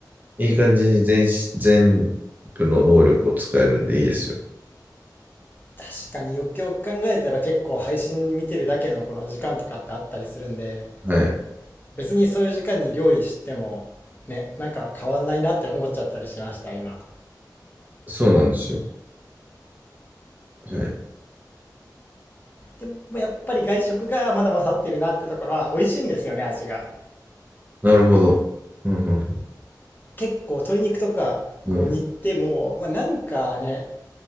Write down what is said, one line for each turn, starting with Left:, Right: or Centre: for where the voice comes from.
Right: いい感じに全し、全部の能力を使えるんでいいですよ。
Left: 確かによくよく考えたら結構配信見てるだけのこの時間とかってあったりするんで、
Right: はい。
Left: 別にそういう時間に料理してもね、なんか変わんないなって思っちゃったりしました、今。
Right: そうなんですよ。はい。
Left: でもやっぱり外食がまだ勝ってるなってところは美味しいんですよね、味が。
Right: なるほど。うん、
Left: 結構鶏肉とかこう煮ても、
Right: うん、
Left: まあ、なんかね、